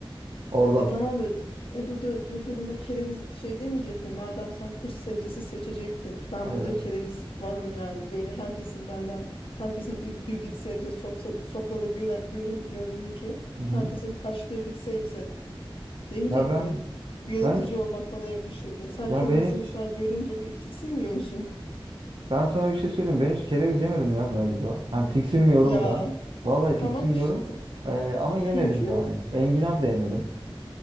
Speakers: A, on the right; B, on the left.
A: Oradan.
B: E tamam da e bu da bu durumda kereviz şey demeyecek mi? Madem sen kış sebzesi seçecektin. Ben
A: Evet.
B: burada kereviz varım yani. Böyle herkesin benden herkesin ürktüğü bir sebze sopsa, sofrada göre, görün, görülünce
A: Hı hı.
B: herkesin kaçtığı bir sebze demeyecek
A: Ya ben
B: mi? Yönetici
A: ben hiç-
B: olmak bana yakışırdı. Sen
A: ya
B: kerevizi
A: ben hiç
B: mesela görünce bir tiksinmiyor musun? <laughs>
A: ben sana bir şey söyleyeyim. Ben hiç kereviz yemedim ya galiba. Hani tiksinmiyorum
B: Ya
A: da. Vallahi
B: tamam
A: tiksinmiyorum.
B: işte.
A: Ee, ama yemedim
B: Çünkü
A: yani. Enginar da yemedim.